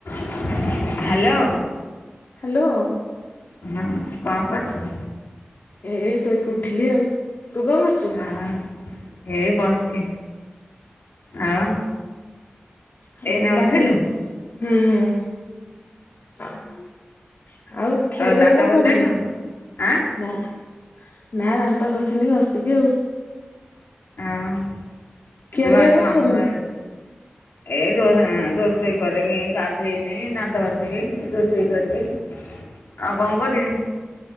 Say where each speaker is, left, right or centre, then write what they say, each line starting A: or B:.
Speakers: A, on the left; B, on the left.
A: <unintelligible> Hello.
B: Hello.
A: ହୁଁ, କଣ କରୁଚୁ?
B: ଏ ଏଇ ଶୋଇକି ଉଠିଲି ଆଉ, ତୁ କଣ କରୁଚୁ?
A: ହଁ, ଏ ବସିଚି, ଆଉ
B: <unintelligible>
A: ଏଇନା
B: ତାଙ୍କୁ
A: ଉଠିଲୁ
B: ହୁଁ। <unintelligible> ଆଉ ଖିଆ ପିଆ
A: ଦାନ୍ତ
B: କଣ
A: ଘଷିସାଇଲୁଣୁ?
B: କରିବି?
A: ଆଁ
B: ନା-ନା ଦାନ୍ତ ଘସିନି ଘସିବି ଆଉ।
A: ହଁ
B: ଖିଆପିଆ
A: ତୁ ବା ଆଜି
B: କଣ
A: ମାମୁଁ
B: କରିବୁ?
A: ଘର ଆଡେ ଏଇ <unintelligible> ରୋଷେଇ କରିବି ଗାଧେଇନି ଦାନ୍ତ ଘସିବି ରୋଷେଇ କରିବି ଆଉ କଣ କରିବି